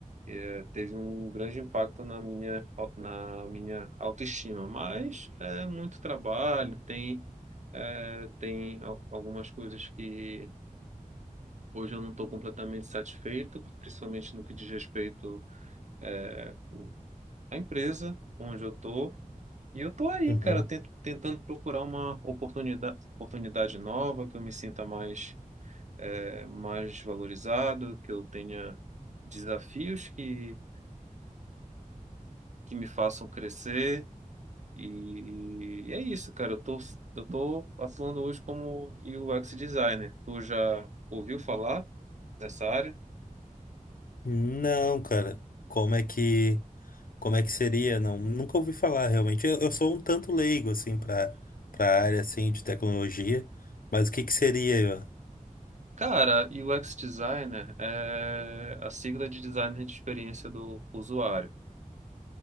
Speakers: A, on the right; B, on the left.
A: É, teve um grande impacto na minha, au- na minha autoestima, mas é muito trabalho, tem. É, tem al- algumas coisas que Hoje eu não estou completamente satisfeito, principalmente no que diz respeito eh, à empresa onde eu estou. E eu estou aí,
B: Uhum.
A: cara, tent- tentando procurar uma oportunidade, oportunidade nova, que eu me sinta mais, eh, mais valorizado, que eu tenha desafios que, que me façam crescer. E, é isso, cara. Eu tô, eu tô atuando hoje como UX designer. Tu já ouviu falar nessa área?
B: Não, cara. Como é que como é que seria? Não, nunca ouvi falar realmente. Eu, eu sou um tanto leigo assim para para área assim de tecnologia, mas o que que seria?
A: Cara, e o UX Designer é a sigla de designer de experiência do usuário.